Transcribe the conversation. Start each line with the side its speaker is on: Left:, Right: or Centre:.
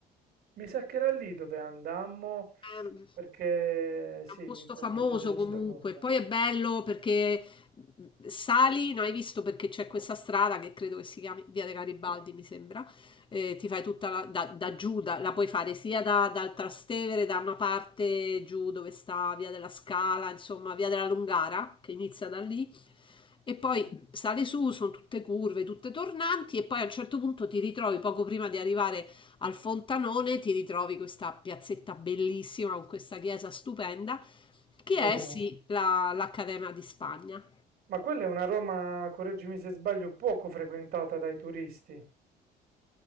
Right: Mi sa che era lì dove andammo,
Left: Ehm,
Right: perché sì,
Left: È un posto
Right: mi porto
Left: famoso
Right: a vedere
Left: comunque,
Right: sta cosa.
Left: poi è bello perché mh, sali, non hai visto perché c'è questa strada che credo che si chiami Via dei Garibaldi, mi sembra, eh, ti fai tutta la, da, da giù, da- la puoi fare sia da- dal Trastevere, da una parte giù dove sta Via della Scala, insomma Via della Lungara, che inizia da lì, e poi
Right: Sì,
Left: sale su, sono tutte curve, tutte tornanti, e poi a un certo punto ti ritrovi poco prima di arrivare al Fontanone ti ritrovi questa piazzetta bellissima con questa chiesa stupenda che
Right: vero.
Left: è sì la- l'Accademia di Spagna.
Right: Ma quella è una Roma, correggimi se sbaglio, poco frequentata dai turisti.